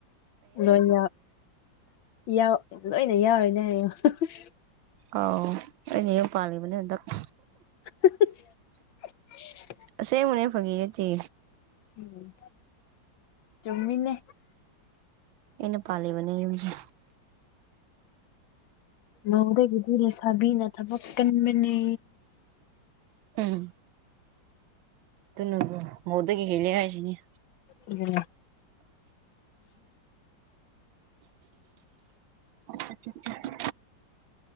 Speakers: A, on the left (about 85°); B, on the right (about 85°).
A: ꯂꯣꯏꯟ ꯌꯥꯎ ꯂꯣꯏꯅ ꯌꯥꯎꯔꯤꯅꯦ ꯍꯥꯏꯌꯣ __
B: ꯑꯥꯎ ꯑꯩꯅ ꯌꯨꯝ ꯄꯥꯜꯂꯤꯕꯅꯦ ꯍꯟꯗꯛ __
A: <inaudible>
B: ꯑꯁꯦꯡꯕꯅꯦ ꯐꯒꯤ ꯅꯠꯇꯤ__
A: ꯎꯝ ꯆꯨꯝꯃꯤꯅꯦ__
B: ꯑꯩꯅ ꯄꯜꯂꯤꯕꯅꯦ ꯌꯨꯝꯁꯨ__
A: ꯃꯧꯗꯒꯤꯗꯤ ꯂꯩꯁꯥꯕꯤꯅ ꯊꯕꯛ ꯀꯟꯕꯅꯦ__
B: ꯎꯝ ꯇꯨꯅꯕꯨ ꯃꯧꯗꯒꯤ ꯍꯦꯜꯂꯤ ꯍꯥꯏꯁꯤꯅꯤ __
A: ꯑꯗꯨꯅꯤ __
B: ꯑꯆꯥꯆꯥ __